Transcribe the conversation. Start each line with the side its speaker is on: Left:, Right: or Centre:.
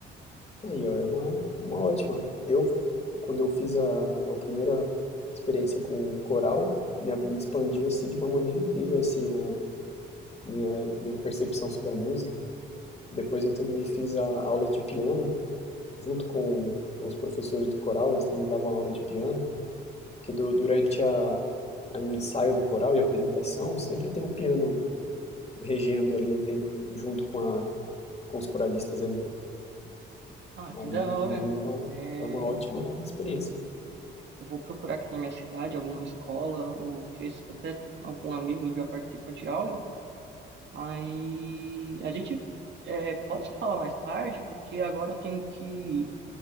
Left: Aí, ó, é uma, uma ótima. Eu, quando eu fiz a, a primeira experiência com coral, me, a- me expandiu, assim, de uma maneira incrível, assim, a minha, minha percepção sobre a música. Depois eu também fiz a, aulas de piano, junto com os professores do coral, eles também davam aula de piano, porque du- durante a, a, o ensaio do coral e a apresentação, sempre tem um piano regendo ali, tem, junto com a, com os coralistas ali.
Right: Ah,
Left: Aí
Right: que da
Left: também
Right: hora.
Left: é uma,
Right: É,
Left: é uma ótima
Right: eu vou,
Left: experiência.
Right: eu vou procurar aqui na minha cidade alguma escola, ou ver se até algum amigo já participa de algo. Aí a gente é, pode se falar mais tarde, porque agora eu tenho que.